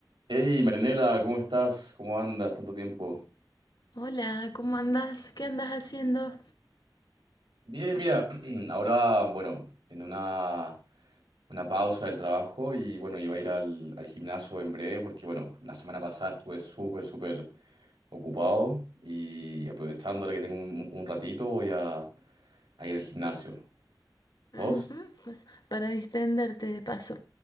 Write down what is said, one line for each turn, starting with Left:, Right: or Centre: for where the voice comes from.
Right: Hey, Marianela, ¿cómo estás? ¿Cómo andas? Tanto tiempo.
Left: Hola, ¿cómo andás? ¿Qué andas haciendo?
Right: Bien, mira, <clears throat> ahora, bueno, en una, una pausa del trabajo y bueno, iba a ir al, al gimnasio en breve porque, bueno, la semana pasada estuve súper, súper ocupado y aprovechando ahora que tengo un, un ratito voy a, a ir al gimnasio.
Left: Ujú,
Right: ¿Vos?
Left: pues, para distenderte de paso.